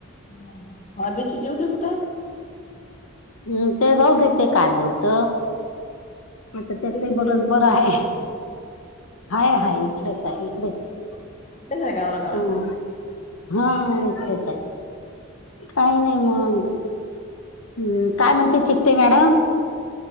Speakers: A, on the left; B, on the left.
A: नाही हा आता त्याची ड्युटी कुठाय?
B: हम्म ते जाऊ देेत काय बोलत आता त्याचही
A: अभीची
B: बरच
A: ड्युटी
B: बर
A: म्हटलं
B: आहे.
A: कुठे
B: हाय हाय इकडेच आहे, इकडेच आहे.
A: इथेच का औरंगाबादला?
B: हा हा इकडच आहे. काही नाही मग ह काय म्हणते चिठ्ठे मॅडम?